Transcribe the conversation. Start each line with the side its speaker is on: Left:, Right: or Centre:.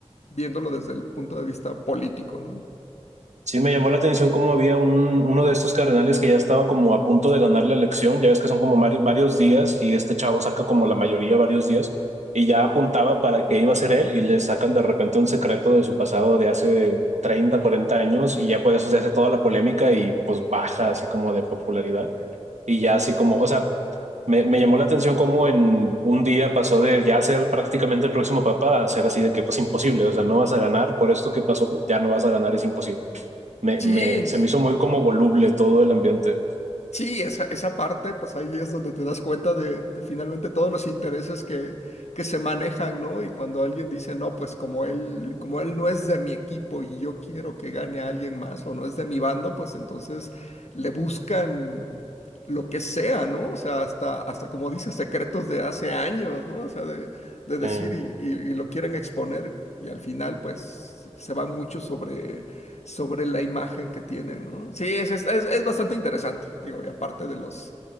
Left: viéndolo desde el punto de vista político, ¿no?
Right: Sí, me llamó la atención cómo había un, uno de estos cardenales que ya estaba como a punto de ganar la elección, ya ves que son como mari- varios días y este chavo saca como la mayoría varios días y ya apuntaba para que iba a ser él y le sacan de repente un secreto de su pasado de hace 30, 40 años y ya por eso se hace toda la polémica y pues baja así como de popularidad y ya así como, o sea, me, me llamó la atención cómo en un día pasó de ya ser prácticamente el próximo papa a ser así de que pues imposible, o sea, no vas a ganar por esto que pasó, ya no vas a ganar, es imposible me,
Left: Sí,
Right: me, se me hizo muy como voluble todo el ambiente
Left: Sí, esa, esa parte, pues ahí es donde te das cuenta de, de finalmente todos los intereses que, que se manejan, ¿no? Y cuando alguien dice, no, pues como él, como él no es de mi equipo y yo quiero que gane a alguien más o no es de mi bando, pues entonces le buscan lo que sea, ¿no? O sea, hasta, hasta como dices, secretos de hace años, ¿no? O sea, de, de decir
Right: eh,
Left: y, y y lo quieren exponer y al final, pues se va mucho sobre sobre la imagen que tienen, ¿no? Sí, es, es, es- es bastante interesante, digo, y aparte de los,